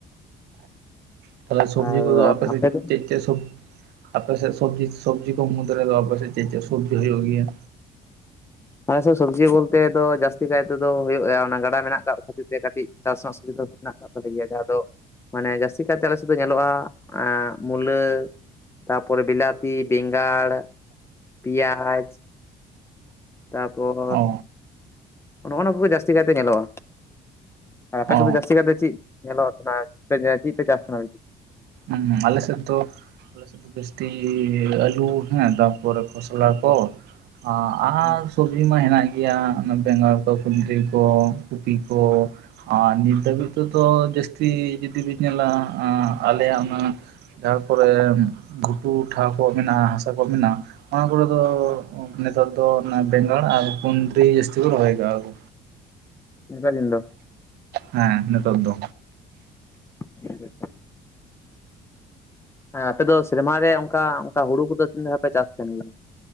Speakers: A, on the right (about 75°); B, on the left (about 15°).
A: ᱛᱟᱦᱚᱞᱮ ᱥᱚᱵᱽᱡᱤ
B: ᱟᱨ
A: ᱠᱚᱫᱚ ᱟᱯᱮ ᱥᱮᱫ
B: ᱫᱚ?
A: ᱪᱮᱫ ᱪᱮᱫ ᱥᱚᱵ ᱟᱯᱮ ᱥᱮᱫ ᱥᱚᱵᱽᱡᱤ ᱥᱚᱵᱽᱡᱤ ᱠᱚ ᱢᱩᱫᱽ ᱨᱮ ᱫᱚ ᱟᱯᱮᱥᱮᱫ ᱪᱮᱫ ᱪᱮᱫ ᱥᱚᱵᱽᱡᱤ ᱦᱳᱭᱳᱜ ᱜᱮᱭᱟ
B: ᱟᱞᱮ ᱥᱮᱫ ᱥᱚᱵᱽᱡᱤ ᱵᱚᱞᱛᱮ ᱫᱚ ᱡᱟᱹᱥᱛᱤ ᱠᱟᱭ ᱛᱮᱫᱚ ᱦᱩᱭᱩᱜᱼᱟ ᱚᱱᱟ ᱜᱟᱰᱟ ᱢᱮᱱᱟᱜ ᱠᱟᱜ ᱠᱷᱟᱹᱛᱤᱨ ᱛᱮ ᱠᱟᱹᱴᱤᱡ ᱪᱟᱥ ᱨᱮᱱᱟᱜ ᱥᱩᱵᱤᱫᱟ ᱢᱮᱱᱟᱜ-ᱟ ᱜᱮᱭᱟ ᱡᱟᱦᱟᱸ ᱫᱚ ᱢᱟᱱᱮ ᱡᱟᱹᱥᱛᱤ ᱠᱟᱭᱛᱮ ᱟᱞᱮ ᱥᱮᱫ ᱫᱚ ᱧᱮᱞᱚᱜᱼᱟ ᱮ ᱢᱩᱞᱟᱹ ᱛᱟᱯᱚᱨᱮ ᱵᱤᱞᱛᱤ ᱵᱮᱸᱜᱟᱲ ᱯᱮᱭᱟᱡᱽ ᱛᱟᱯᱚᱨ
A: ᱚ
B: ᱱᱚᱜᱱᱟ ᱠᱚᱜᱮ ᱡᱟᱹᱥᱛᱤ ᱠᱟᱭᱛᱮ ᱧᱮᱞᱚᱜᱼᱟ ᱟᱨ ᱟᱯᱮ
A: ᱚ
B: ᱥᱮᱫ ᱡᱟᱹᱥᱛᱤ ᱜᱟᱨ ᱛᱮ ᱪᱮᱫ ᱧᱮᱞᱚᱜ ᱛᱟᱦᱮᱫ-ᱟ ᱪᱮᱫ ᱯᱮ ᱪᱟᱥ ᱛᱟᱦᱮᱱ-ᱟ
A: ᱦᱮᱸ ᱟᱞᱮ ᱥᱮᱫ ᱫᱚ ᱡᱟᱹᱥᱛᱤ ᱟᱹᱞᱩ ᱦᱮᱸ ᱛᱟᱯᱚᱨᱮ ᱠᱷᱚᱥᱞᱟ ᱠᱚ ᱟ ᱟᱨ
B: ᱦᱮᱸ
A: ᱥᱚᱵᱽᱡᱤ ᱢᱟ ᱦᱮᱱᱟᱜ ᱜᱮᱭᱟ ᱚᱱᱟ ᱵᱮᱸᱜᱟᱲ ᱠᱚ ᱠᱩᱫᱽᱨᱤ ᱠᱚ ᱠᱚᱯᱤ ᱠᱚ ᱟᱨ ᱱᱤᱛ ᱫᱷᱟᱹᱵᱤᱡ ᱛᱮᱫᱚ ᱡᱟᱹᱥᱛᱤ ᱡᱩᱫᱤ ᱵᱤᱱ ᱧᱮᱞᱟ ᱟᱞᱮᱭᱟᱜ ᱚᱱᱟ ᱛᱟᱯᱚᱨᱮ ᱜᱷᱩᱴᱩ ᱴᱷᱟᱶ ᱠᱚ ᱢᱮᱱᱟᱜᱼᱟ ᱦᱟᱥᱟ ᱠᱚ ᱢᱮᱱᱟᱜᱼᱟ ᱚᱱᱟ ᱠᱚᱨᱮ ᱫᱚ
B: ᱦᱮᱸ
A: ᱱᱮᱛᱟᱨ ᱫᱚ ᱚᱱᱟ ᱵᱮᱸᱜᱟᱲ ᱟᱨ ᱠᱩᱫᱽᱨᱤ ᱡᱟᱹᱥᱛᱤ ᱠᱚ ᱨᱚᱦᱚᱭ ᱠᱟᱜ ᱠᱚ
B: <unintelligible>
A: ᱦᱮᱸ ᱱᱤᱛᱚᱜ ᱫᱚ
B: <unintelligible> ᱦᱮᱸ ᱟᱯᱮ ᱫᱚ ᱥᱮᱨᱢᱟ ᱨᱮ ᱚᱱᱠᱟ ᱚᱱᱠᱟ ᱦᱩᱲᱩ ᱠᱚᱫᱚ ᱛᱤᱱ ᱫᱷᱟᱣ ᱯᱮ ᱪᱟᱥ ᱛᱟᱦᱮᱱ ᱜᱮᱭᱟ